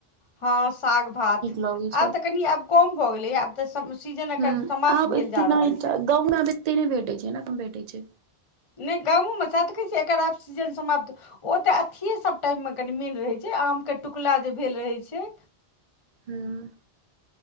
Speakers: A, on the left; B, on the right.
A: हँ साग भात
B: लगै छै
A: आब त कनी आब कम भ गेलै ए आब त सब् सीजन एकर
B: हुँ
A: समाप्त
B: आब
A: भेल
B: एते
A: जा
B: नहि
A: रहल
B: गाँव
A: छै
B: में आब <unintelligible> ओते नै भेटै छय न कम भेटै छय
A: नहि गामो मे सैह त कहै छियै एकर आब सिजन समाप्त ओ तऽ अथिए सब टाइम मे कनि मेन रहै छय आमके टुकुला जे भेल रहै छय
B: हूँ